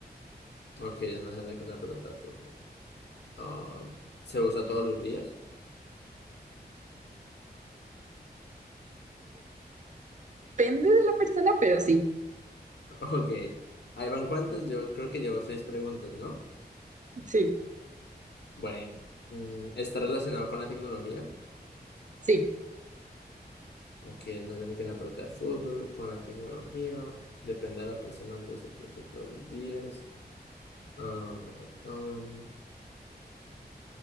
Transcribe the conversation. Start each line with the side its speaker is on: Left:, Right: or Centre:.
Left: Ok, es más grande que una pelota de fútbol. Ah, ¿se usa todos los días?
Right: depende de la persona, pero sí,
Left: Ok, ahí van cuántas, yo creo que llevo seis preguntas, ¿no?
Right: sí,
Left: Bueno, mm, ¿está relacionado con la tecnología?
Right: sí.
Left: Ok, no tiene que una pelota de fútbol, con la tecnología, depende de la persona, entonces puede ser todos los días. Ah, um,